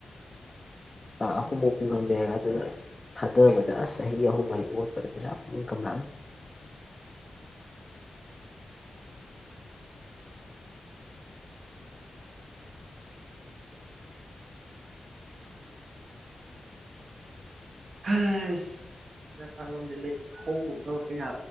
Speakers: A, on the left; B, on the right.
A: ꯑ
B: ꯎꯝ
A: ꯑꯍꯨꯝ ꯃꯅꯦ ꯑꯗꯨꯅ ꯊꯥꯗꯕꯗ ꯑꯁ ꯆꯍꯤ ꯑꯍꯨꯝ ꯃꯔꯤ ꯑꯣꯠꯄꯗ ꯄꯩꯁꯥ ꯄꯨꯛꯅꯤꯡ ꯀꯝꯂꯥꯡꯦ
B: ꯆꯥꯟꯣ ꯍꯧꯗꯣꯛꯅꯕ ꯄꯩꯁꯥ